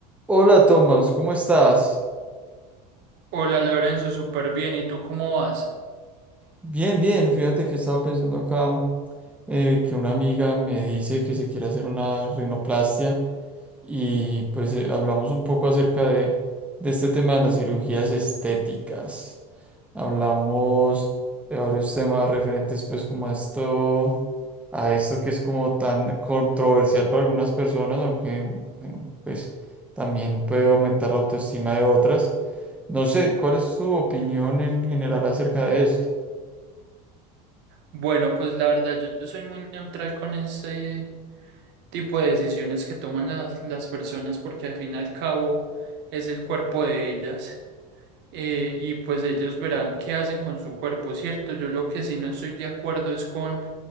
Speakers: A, in the centre; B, on the right.
A: Hola Tomás, ¿cómo estás?
B: Hola Lorenzo, súper bien. ¿Y tú cómo vas?
A: Bien, bien, fíjate que estaba pensando acá eh, que una amiga me dice que se quiere hacer una rinoplastia y pues eh, hablamos un poco acerca de, de este tema de las cirugías estéticas. Hablamos de varios temas referentes pues como a esto, a esto que es como tan controversial para algunas personas, aunque bueno, pues también puede aumentar la autoestima de otras. No sé, ¿cuál es tu opinión en general acerca de esto?
B: Bueno, pues la verdad, yo, yo soy muy neutral con este tipo de decisiones que toman las, las personas porque al fin y al cabo es el cuerpo de ellas eh, y pues ellos verán qué hacen con su cuerpo, ¿cierto? Yo lo que sí no estoy de acuerdo es con